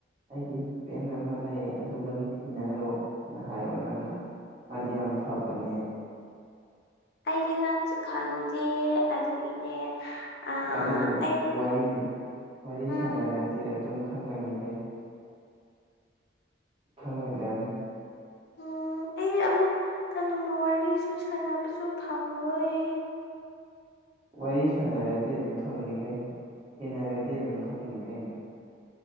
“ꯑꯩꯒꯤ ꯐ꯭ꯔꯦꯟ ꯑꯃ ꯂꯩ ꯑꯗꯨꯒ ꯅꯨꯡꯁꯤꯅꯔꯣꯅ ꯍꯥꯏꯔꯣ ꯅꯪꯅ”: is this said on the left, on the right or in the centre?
Right